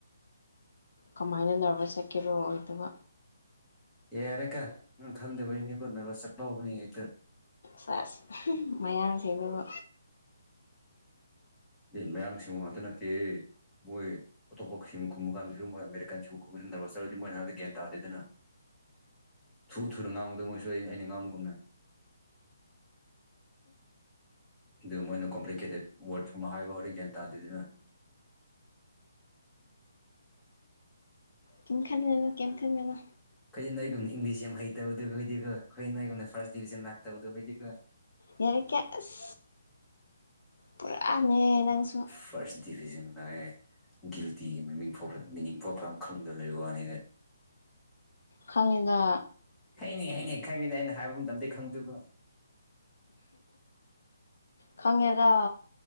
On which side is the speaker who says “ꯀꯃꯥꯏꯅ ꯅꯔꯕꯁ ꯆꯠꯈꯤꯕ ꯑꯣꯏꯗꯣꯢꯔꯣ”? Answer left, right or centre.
Left